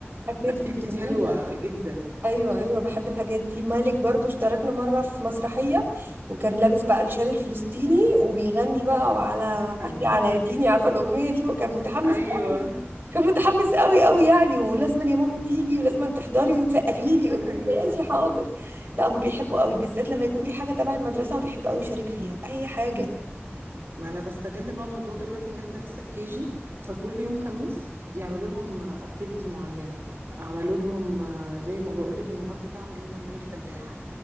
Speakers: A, on the right; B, on the right.
A: اكتيفيتيز
B: اكتيفيتيز
A: جميلة
B: حلوه جدا
A: ايوه ايوه بحب الحاجات دي مالك برضو اشتركنا مره في مسرحيه وكان لابس بقى الشال الفلسطيني وبيغني بقى وعلى
B: يا حياتي
A: عهدي على ديني عارفه الاغنيه دي وكان متحمس
B: ايوه
A: كان متحمس قوي قوي يعني ولازم يا ماما تيجي ولازم تحضري وتسقفي لي
B: يا
A: قلت
B: حياتي
A: له ماشي حاضر لا هم بيحبوا قوي بالذات لما يكون في حاجه تبع المدرسه وبيحب قوي يشارك فيها اي حاجه
B: ما انا بستغل بقى موضوع دلوقتي ان احنا لسه في كيجي فكل يوم خميس يعملوا لهم اكتيفيتي معينه عملوا لهم آه، زي ما بقول لك النهارده ده عملوا لهم يوم الفلاحه